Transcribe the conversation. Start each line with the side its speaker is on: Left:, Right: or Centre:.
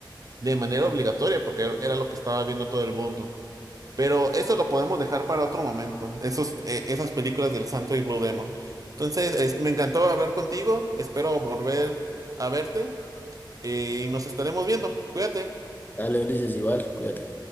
Right: de manera obligatoria, porque era era lo que estaba viendo todo el mundo. Pero eso lo podemos dejar para otro momento, esos, eh, esas películas del Santo y Blue Demon. Entonces, es- me encantó hablar contigo, espero volver a verte eh, y nos estaremos viendo. Cuídate.
Left: Dale, Ulises, igual, cuídate.